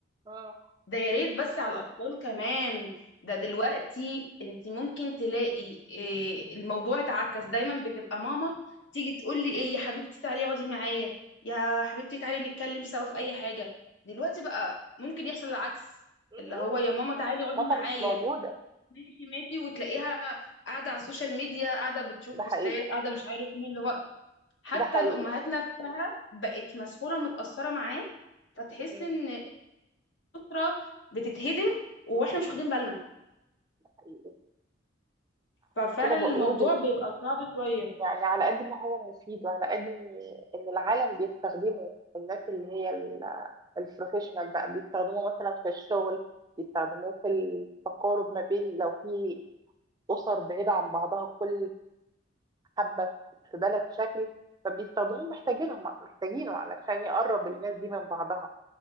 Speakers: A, on the right; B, on the left.
A: مم.
B: ده يا ريت بس على الاطفال كمان ده دلوقتي انت ممكن تلاقي إيه الموضوع اتعكس دايما بتبقى ماما تيجي تقول لي ايه يا حبيبتي تعالي اقعدي معايا يا حبيبتي تعالي نتكلم سوا في اي حاجه دلوقتي بقى ممكن يحصل العكس
A: مهم.
B: اللي هو يا ماما تعالي اقعدي
A: ماما
B: معايا
A: مش موجوده
B: ماشي ماشي وتلاقيها قاعده على السوشيال ميديا قاعده بتشوف
A: ده
B: بوستات
A: حقيقي
B: قاعده مش عارف مين اللي هو حتى
A: ده حقيقي
B: الأمهات نفسها بقت مسحولة ومتأثرة معاه فتحس
A: مم.
B: إن الأسرة بتتهدم وإحنا مش
A: مم.
B: واخدين بالنا
A: ده حقيقي
B: ففعلا
A: عشان كده بقول
B: الموضوع بيبقى صعب شوية
A: يعني على قد ما هو مفيد وعلى قد ان العالم بيستخدمه الناس اللي هي البروفيشنال بقى بيستخدموه مثلا في الشغل بيستخدموه في التقارب ما بين لو في أسر بعيدة عن بعضها كل حبة في بلد شكل فبيستخدموه محتاجينهم محتاجينه علشان يقرب الناس دي من بعضها